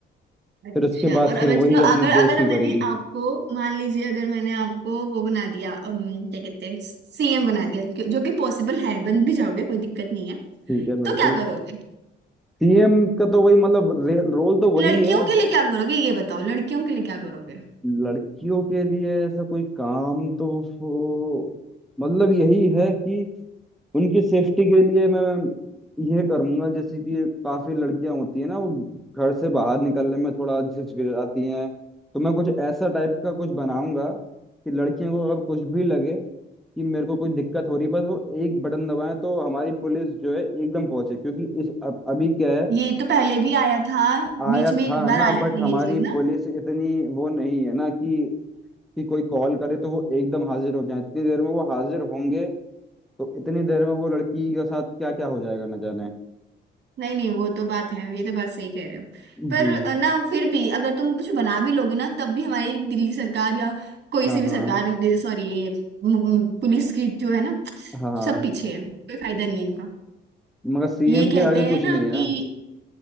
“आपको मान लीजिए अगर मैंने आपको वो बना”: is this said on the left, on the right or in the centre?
Right